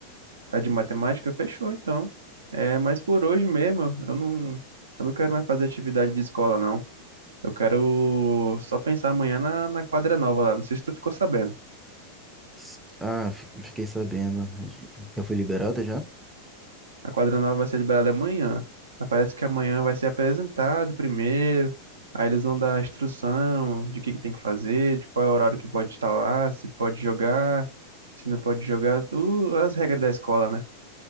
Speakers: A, on the right; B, in the centre.
A: A de matemática fechou, então. É, mas por hoje mesmo, eu não, eu não quero mais fazer atividade de escola, não. Eu quero só pensar amanhã na, na quadra nova lá. Não sei se tu ficou sabendo.
B: S- Ah, fi- fiquei sabendo. Já foi liberada já?
A: A quadra nova vai ser liberada amanhã. Mas Parece que amanhã vai ser apresentado primeiro. Aí eles vão dar a instrução de o que que tem que fazer, de qual é o horário que pode estar lá, se pode jogar, se não pode jogar, tu, as regras da escola, né?